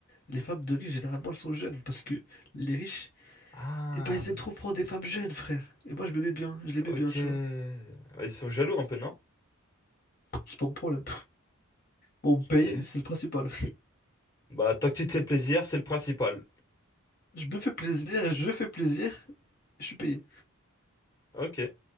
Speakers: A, on the left; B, on the left.
A: Les femmes de riches, généralement, elles sont jeunes parce que les riches
B: Ah,
A: Et bah, ils aiment trop prendre des femmes jeunes, frère. Et moi, je me mets bien, je les mets
B: ok.
A: bien, tu vois.
B: Ils sont jaloux un peu, non?
A: C'est pas mon problème. On me
B: Ok.
A: paye, c'est le principal.
B: Bah, tant que tu te fais plaisir, c'est le principal.
A: Je me fais plaisir, je fais plaisir, je suis payé.
B: Ok,